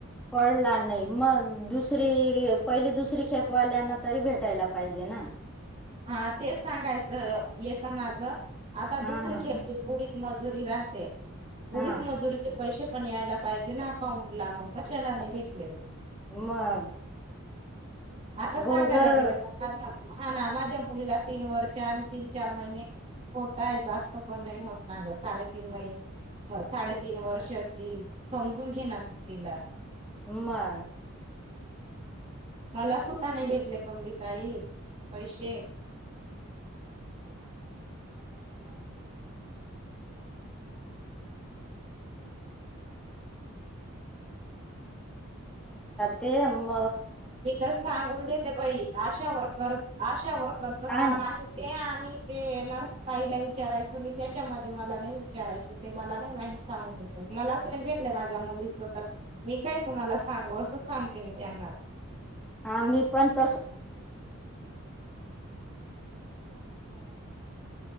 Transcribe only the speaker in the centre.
पडला नाही मग दुसरी अ पहिली दुसरी खेप वाल्यांना तरी भेटायला पाहिजे ना.
हा
हा
हा
मग.
गरोदर
<unintelligible>
<unintelligible> <unintelligible> ते म.
हा ना
<unintelligible> <unintelligible> विषयी